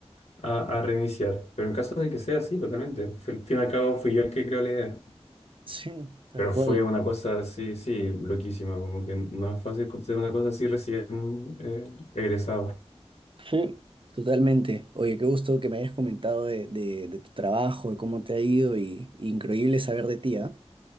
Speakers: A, on the left (about 85°); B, on the right (about 50°).
A: a, a reiniciar. Pero en caso de que sea así, totalmente. Al fin y al cabo, fui yo el que creó la idea.
B: Sí, tal
A: Pero
B: cual.
A: fue una cosa así, sí, loquísima, como que no es fácil hacer una cosa así recién eh, egresado.
B: Sí. Totalmente. Oye, qué gusto que me hayas comentado de, de- de tu trabajo, de cómo te ha ido y, y increíble saber de ti, ¿ah?